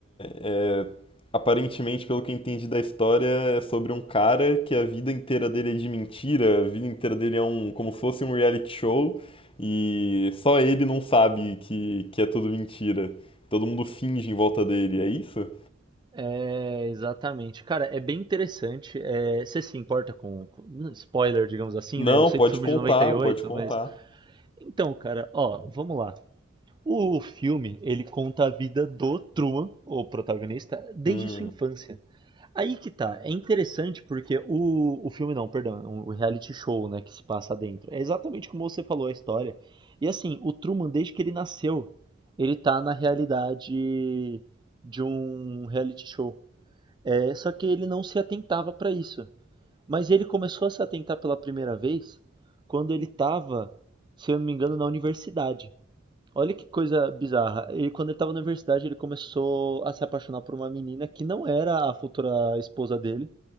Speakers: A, on the left; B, on the right.
A: É, aparentemente, pelo que eu entendi da história, é sobre um cara que a vida inteira dele é de mentira, a vida inteira dele é um, como se fosse um reality show, e só ele não sabe que, que é tudo mentira. Todo mundo finge em volta dele, é isso?
B: É, exatamente. Cara, é bem interessante. É, você se importa com, com spoiler, digamos assim,
A: Não,
B: né? Eu sei
A: pode
B: que o filme
A: contar,
B: é de noventa e oito,
A: pode contar.
B: mas. Então, cara, ó, vamos lá. O filme, ele conta a vida do Truman, o protagonista, desde
A: Hum.
B: sua infância. Aí que tá, é interessante porque o, o filme não, perdão, o reality show, né, que se passa dentro. É exatamente como você falou a história. E assim, o Truman, desde que ele nasceu, ele tá na realidade de um reality show. É, só que ele não se atentava pra isso. Mas ele começou a se atentar pela primeira vez quando ele tava, se eu não me engano, na universidade. Olha que coisa bizarra. Ele, quando ele tava na universidade, ele começou a se apaixonar por uma menina que não era a futura esposa dele.